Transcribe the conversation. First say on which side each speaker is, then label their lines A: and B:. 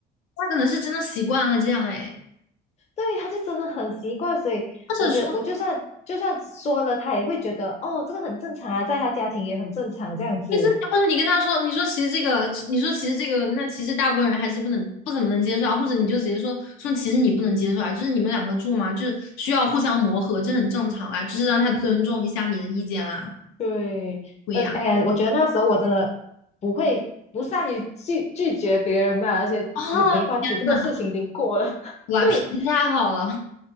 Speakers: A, on the left (about 85°); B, on the left (about 35°).
A: 他可能是真的习惯了这样，哎，
B: 对，他就真的很习惯，所以我觉得我就算就算说了，
A: 或者说，
B: 他也会觉得哦，这个很正常啊，在他家庭也很正常这样子。
A: 其实或者你跟他说，你说其实这个，你说其实这个，那其实大部分人还是不能不怎么能接受啊，或者你就直接说说，其实你不能接受啊，就是你们两个住嘛，就是需要互相磨合，这很正常啦，就是让他尊重一下你的意见啦，
B: 对，
A: 对呀。
B: 呃，哎呀，我觉得那时候我真的不会不善于拒拒绝别人吧，而且也没关系，
A: 哦，天呐，
B: 这个事情已经过了。<laughs>
A: 哇，
B: 对，
A: 脾气太好了